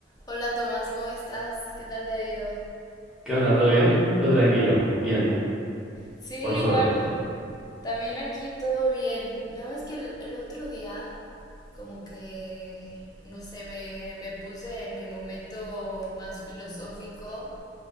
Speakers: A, on the left; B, in the centre.
A: Hola Tomás, ¿cómo estás? ¿Qué tal te ha ido?
B: ¿Qué onda? ¿Todo bien? Todo tranquilo. Bien,
A: Sí, igual.
B: por suerte.
A: También aquí todo bien. Nada más que el, el otro día, como que, no sé, me, me puse en mi momento más filosófico